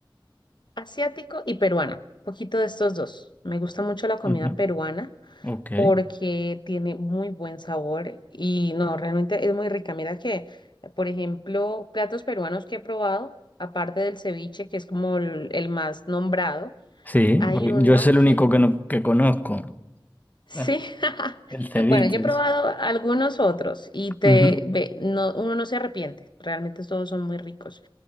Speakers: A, on the left; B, on the left.
A: asiático y peruano, poquito de estos dos. Me gusta mucho la comida
B: Ujú.
A: peruana
B: Ok.
A: porque tiene muy buen sabor y no, realmente es muy rica. Mira que, por ejemplo, platos peruanos que he probado, aparte del ceviche, que es como el, el más nombrado,
B: Sí,
A: hay
B: porque
A: uno
B: yo es el único
A: que,
B: que, no- que conozco,
A: sí,
B: eh,
A: <laughs>
B: el ceviche.
A: bueno, yo he probado algunos otros y te,
B: Ujú.
A: ve, no, uno no se arrepiente, realmente todos son muy ricos.